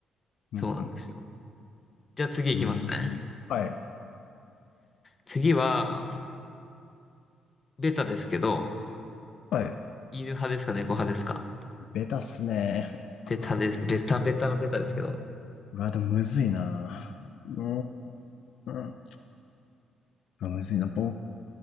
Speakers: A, on the left (about 70°); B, on the left (about 30°).
A: うん、
B: そうなんですよ。
A: うん、う
B: じゃあ次行きますね。
A: ん。うーん。はい。
B: 次は、ベタですけど、
A: はい。
B: 犬派ですか猫派ですか
A: ベタっすね。ああ、
B: ベタです。
A: でも
B: ベタベタのベタですけど。
A: うわ、でもむずいな。うーん。まあ、むずいな。僕、